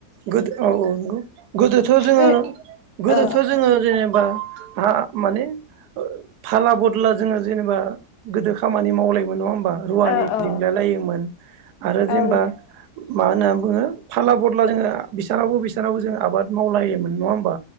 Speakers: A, on the right; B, on the left.
A: गोदो औ औ। गौ गोदोथ' जोङो
B: गो
A: गोदोथ'
B: औ
A: जोङो जेनेबा माने फाला बदला जोङो जेनेबा गोदो खामानि मावलायोमोन नङा होमबा? रुवानि
B: औ औ
A: लिंलाय लायोमोन। आरो जेनेबा।
B: औ नोंथां
A: मा होनना बुङो फाला बदला जोङो बेसनावबो बिसनावबो जोङो आबाद मावलायोमोन नङा होमबा।